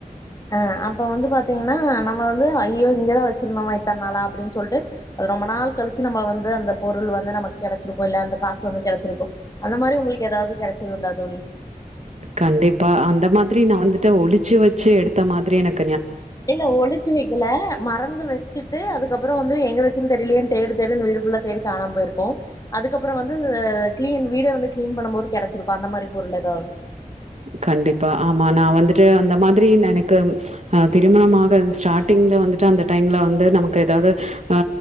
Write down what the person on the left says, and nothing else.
ஆ அப்ப வந்து பாத்தீங்கன்னா நம்ம வந்து ஐய்யோ இங்கதான் வச்சிருந்தோமா இத்தன நாளா அப்படின்னு சொல்லிட்டு அது ரொம்ப நாள் கழிச்சு நம்ம வந்து அந்த பொருள் வந்து நமக்கு கெடைச்சிருக்கும் இல்ல அந்த காசு வந்து கெடைச்சிருக்கும் அந்த மாதிரி உங்களுக்கு ஏதாவது கெடைச்சது உண்டா தோழி
இல்ல ஒளிச்சு வைக்கல மறந்து வச் சுட்டு அதுக்கப்புறோம் வந்து எங்க வச் தெரியலே தேடு தேடுன்னு தேடி வீடு ஃபுல்லா தேடி காணாம போயிருக்கும் அதுக்கப்புறோம் வந்து களீன் வீடே வந்து கிளீன் பண்ண போது கெடைச்சிருக்கும் அந்த மாதிரி பொருள் ஏதாவது